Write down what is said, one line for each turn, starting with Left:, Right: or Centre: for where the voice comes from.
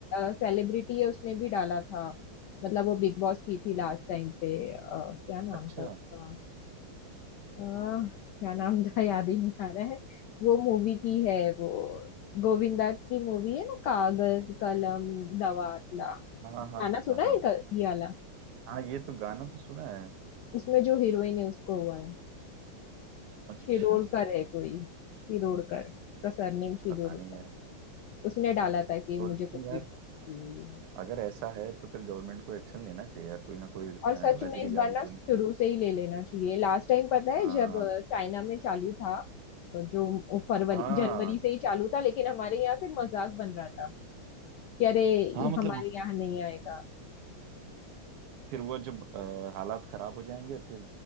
Left: सेलिब्रिटी है उसने भी डाला था मतलब वो बिग बॉस की थी लास्ट टाइम पे अ, क्या नाम
Right: अच्छा
Left: था उसका अ, क्या नाम था <laughs> याद ही नहीं आ रहा है वो मूवी की है वो गोविंदा की मूवी है ना कागज कलम दवातला
Right: हाँ हाँ हाँ
Left: गाना
Right: हाँ
Left: सुना
Right: हाँ हाँ
Left: है क- ये वाला
Right: हाँ ये तो गाना तो सुना है
Left: उसमें जो हीरोइन है उसको हुआ है
Right: अच्छा
Left: शिरोडकर है कोई शिरोडकर उसका सरनेम शिरोडकर
Right: पता नहीं यार
Left: उसने डाला था कि
Right: तो लेकिन
Left: मुझे कोविड
Right: यार
Left: पॉजिटिव हुई है
Right: अगर ऐसा है तो फिर गवर्नमेंट को एक्शन लेना चाहिए यार कोई ना कोई
Left: और सच
Right: एडवाइजरी
Left: में इस
Right: जारी
Left: बार ना
Right: होनी
Left: शुरू
Right: चाहिए
Left: से ही ले लेना चाहिए लास्ट टाइम पता है
Right: हाँ
Left: जब चाइना में चालू था तो जो फरवरी
Right: हाँ
Left: जनवरी से ही चालू था लेकिन हमारे यहाँ से मजाक बन रहा था कि अरे ये
Right: हाँ मतलब
Left: हमारे यहाँ नहीं आएगा
Right: फिर वो जब अ, हालात खराब हो जाएंगे फिर